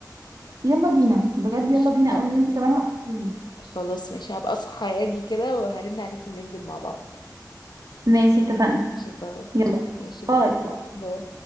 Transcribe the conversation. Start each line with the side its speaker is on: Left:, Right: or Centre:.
Right: <laughs> يلا بينا بجد
Left: مش
Right: يلا بينا
Left: هب...
Right: قوي وانت كمان وحشين
Left: خلاص ماشي هبقى اصحى يعني كده وهرن عليك وننزل مع بعض
Right: ماشي اتفقنا
Left: ماشي تمام
Right: يلا
Left: ماشي باي
Right: هاي
Left: باي